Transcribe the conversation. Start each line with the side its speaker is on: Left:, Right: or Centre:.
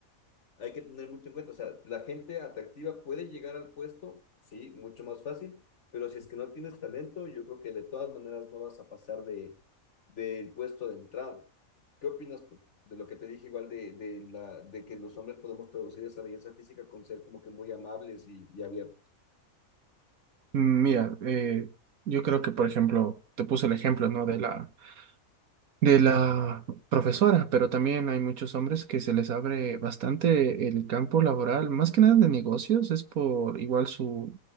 Left: hay que tener mucho en cuenta. O sea, la gente atractiva puede llegar al puesto, sí, mucho más fácil, pero si es que no tienes talento, yo creo que de todas maneras no vas a pasar de, del puesto de entrada. ¿Qué opinas tú de lo que te dije igual de, de, la, de que los hombres podemos traducir esa belleza física con ser como que muy amables y, y abiertos?
Right: Mm, Mira, eh, yo creo que, por ejemplo, te puse el ejemplo, ¿no? De la, de la profesora, pero también hay muchos hombres que se les abre bastante el campo laboral, más que nada de negocios, es por igual su,